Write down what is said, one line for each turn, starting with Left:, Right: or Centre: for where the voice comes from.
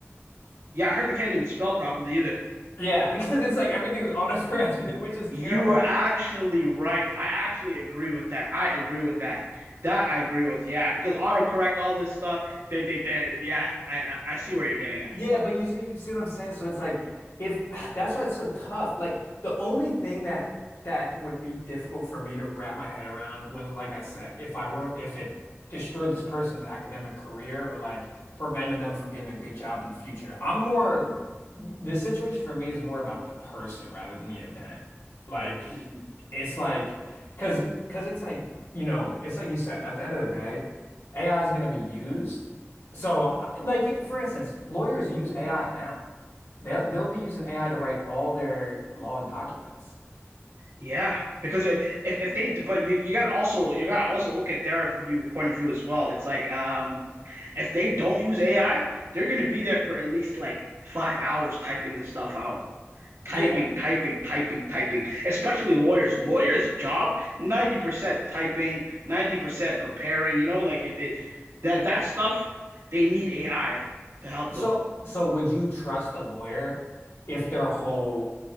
Right: Yeah, I heard they can't even spell properly either.
Left: Yeah, <laughs> because it's like everything's autocorrected, <laughs> which is
Right: You
Left: terrible.
Right: are actually right. I actually agree with that. I agree with that. That I agree with. Yeah, because autocorrect all this stuff. They they they. Yeah, I I I see where you're getting at.
Left: Yeah, but you see, you see what I'm saying? So it's like if <sighs> that's why it's so tough. Like the only thing that that would be difficult for me to wrap my head around was like I said, if I ru if it destroyed this person's academic career or like prevented them from getting a good job in the future. I'm more the situation for me is more about the person rather than the event. Like
Right: Mhm.
Left: it's like because because it's like you know it's like you said at the end of the day, AI is going to be used. So, I- like for instance, lawyers use AI now. They'll they'll be using AI to write all their law documents.
Right: Yeah, because it, if if they but you you got also you got to also look at their view point of view as well. It's like um if they don't use AI, they're gonna be there for at least like five hours typing this stuff out. typing,
Left: Yeah.
Right: typing, typing, typing, especially lawyers. Lawyers' job, 90% typing, 90% preparing, you know, like it, it that that stuff, they need AI to help
Left: So,
Right: them.
Left: so would you trust a lawyer if their whole,